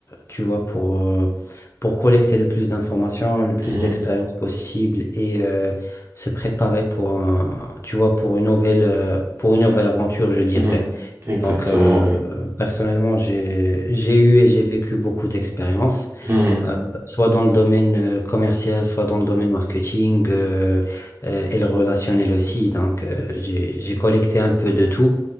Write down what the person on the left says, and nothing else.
tu vois, pour, euh, pour collecter le plus d'informations, le plus
d'expériences possible et euh, se préparer pour un, tu vois, pour une nouvelle, euh, pour une nouvelle aventure, je dirais.
Donc, euh,
personnellement, j'ai, j'ai eu et j'ai vécu beaucoup d'expériences
euh, soit dans le domaine euh, commercial, soit dans le domaine marketing euh, euh, et le relationnel aussi. Donc, euh, j'ai, j'ai collecté un peu de tout.